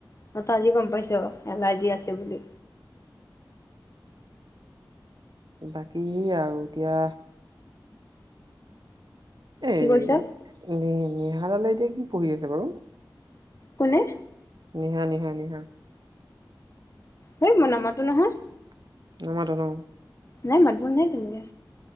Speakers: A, on the left (about 40°); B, on the right (about 65°).
A: মই তো আজি গম পাইছ এলাৰ্জি আছে বুলি
B: বাকী আৰু এতিয়া। এ
A: কি কৈছা?
B: নি নিহালালে এতিয়া কি পঢ়ি আছে বাৰু
A: কোনে
B: নিহা নিহা নিহা
A: হেই মই নামাটো নহয়।
B: <unintelligible>
A: নাই মাত বুল নাই তেনেকে